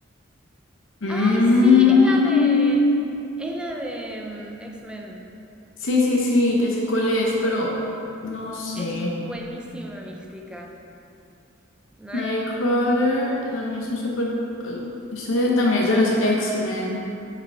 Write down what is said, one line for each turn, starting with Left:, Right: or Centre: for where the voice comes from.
Left: Mm.
Centre: ¡Ay, sí! Es la de. Es la de mm, X-Men.
Left: Sí, sí, sí, ya sé cuál es, pero no sé.
Centre: Es buenísima mística. Night.
Left: Nightcrawler también es un super... eh, Eso también es de los X-Men.